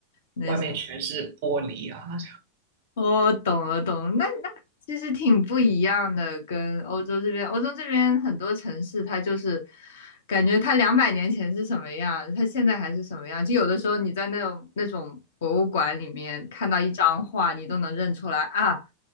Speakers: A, on the left (about 60°); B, on the right (about 50°).
A: 那些。
B: 外面全是玻璃啊，
A: 我懂了，懂了，那那其实挺不一样的，跟欧洲这边，欧洲这边很多城市，它就是感觉它两百年前是什么样，它现在还是什么样。就有的时候你在那种那种博物馆里面看到一张画，你都能认出来啊，